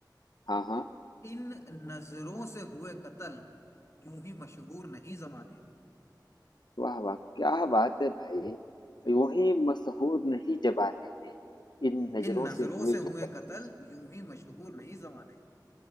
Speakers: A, on the left; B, on the left.
A: हाँ हाँ
B: इन नजरों से हुए कत्ल यूं ही मशहूर नहीं जमाने
A: वाह वाह क्या बात है भाई यूं ही मसहूर नहीं जबाने में इन नजरों
B: इन नजरों
A: से हुए
B: से
A: जो
B: हुए
A: कतल
B: कत्ल यूं ही मशहूर नहीं जमाने